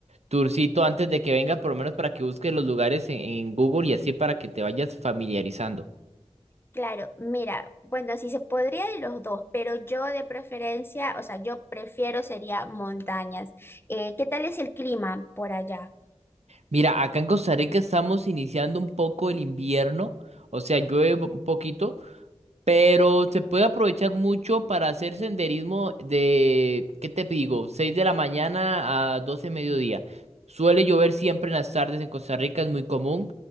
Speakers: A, on the right; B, on the left.
A: tourcito antes de que venga, por lo menos para que busques los lugares en, en Google y así para que te vayas familiarizando.
B: Claro, mira, bueno, si se podría de los dos, pero yo de preferencia, o sea, yo prefiero sería montañas. Eh, ¿qué tal es el clima por allá?
A: Mira, acá en Costa Rica estamos iniciando un poco el invierno, o sea, llueve un poquito. Pero se puede aprovechar mucho para hacer senderismo de, ¿qué te digo? 6 de la mañana a 12 de mediodía. Suele llover siempre en las tardes en Costa Rica, es muy común.